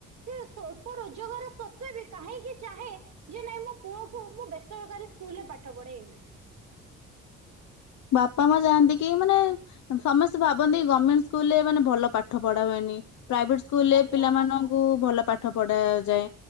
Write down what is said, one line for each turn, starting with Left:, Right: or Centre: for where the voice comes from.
Right: ସେ ସ୍ଵଳ୍ପ ରୋଜଗାର ସତ୍ୱ ବି କାହିଁକି ଚାହେଁ ଯେ ନାଇଁ ମୋ ପୁଅକୁ ମୁଁ ବେସରକାରୀ ସ୍କୁଲ ରେ ପାଠ ପଢେଇବି।
Left: ବାପା ମା ଯାଆନ୍ତି କି ମାନେ ସମସ୍ତେ ଭାବନ୍ତି ଗଭର୍ଣମେଣ୍ଟ ସ୍କୁଲରେ ମାନେ ଭଲ ପାଠ ପଢା ହୁଏନି। ପ୍ରାଇଭେଟ ସ୍କୁଲ ରେ
Right: ଆଜ୍ଞା
Left: ପିଲାମାନଙ୍କୁ ଭଲ ପାଠ ପଢା ଯାଏ